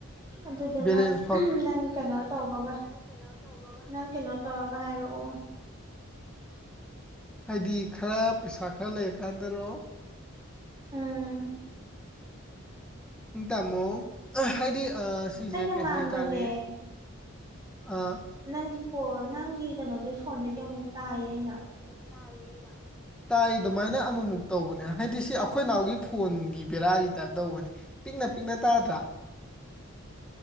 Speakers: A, on the right; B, in the centre.
A: ꯑꯗꯨꯗꯨꯅ
B: ꯕꯦꯂꯦꯟꯁ
A: ꯅꯪ ꯀꯩꯅꯣ ꯇꯧꯕꯒ
B: ꯀꯩꯅꯣ ꯇꯕꯒ
A: ꯅꯪ ꯀꯩꯅꯣ ꯇꯧꯔꯒ ꯍꯥꯏꯔꯛꯑꯣ
B: ꯍꯥꯏꯗꯤ ꯈꯔ ꯄꯩꯁꯥ ꯈꯔ ꯂꯩꯔꯀꯥꯟꯗꯔꯣ
A: ꯎꯝ
B: ꯏ ꯇꯃꯣ ꯍꯥꯏꯗꯤ ꯑꯥ ꯁꯤꯖꯦ
A: ꯑꯩꯅ
B: ꯀꯩꯍꯇꯥꯔꯦ
A: ꯉꯥꯡꯕꯁꯦ
B: ꯑ
A: ꯅꯪꯒꯤ ꯀꯣꯜ ꯅꯪꯒꯤ ꯀꯩꯅꯣꯗꯩ ꯐꯣꯟꯗꯒꯤ ꯑꯃꯨꯛ ꯇꯥꯏꯌꯦ ꯑꯩꯅ
B: ꯇꯥꯏꯌꯦ ꯑꯩꯅ ꯇꯥꯏ ꯑꯗꯨꯃꯥꯏꯅ ꯑꯃꯃꯨꯛ ꯇꯧꯕꯅꯦ ꯍꯥꯏꯗꯤ ꯁꯤ ꯑꯩꯈꯣꯏ ꯏꯅꯥꯎꯒꯤ ꯐꯣꯟꯒꯤ ꯕꯦꯔꯥꯒꯤ ꯇꯥꯏꯞ ꯇꯧꯕꯅꯦ ꯄꯤꯛꯅ ꯄꯤꯛꯅ ꯇꯥꯗ꯭ꯔꯥ